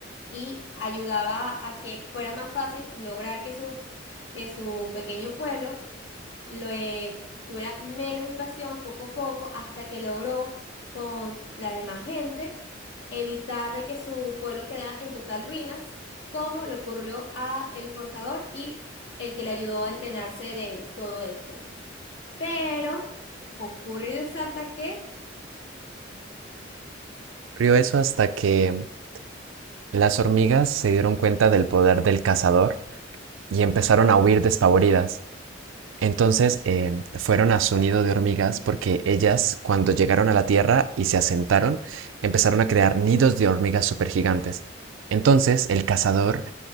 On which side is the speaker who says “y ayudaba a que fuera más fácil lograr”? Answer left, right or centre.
Left